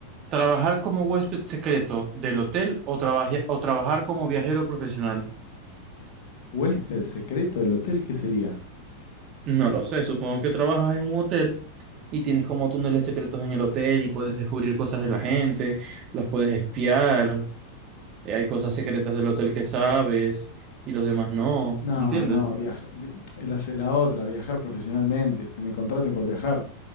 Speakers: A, on the right; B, on the left.
A: ¿Trabajar como huésped secreto del hotel o, trabaje- o trabajar como viajero profesional?
B: ¿Huésped secreto del hotel qué sería?
A: No lo sé, supongo que trabajas en un hotel y tienes como túneles secretos en el hotel y puedes descubrir cosas de la gente, las puedes espiar, eh, hay cosas secretas del hotel que sabes y los demás no,
B: No,
A: ¿entiendes?
B: no, viaja, vi- la, se- la otra, viajar profesionalmente, que me contraten por viajar,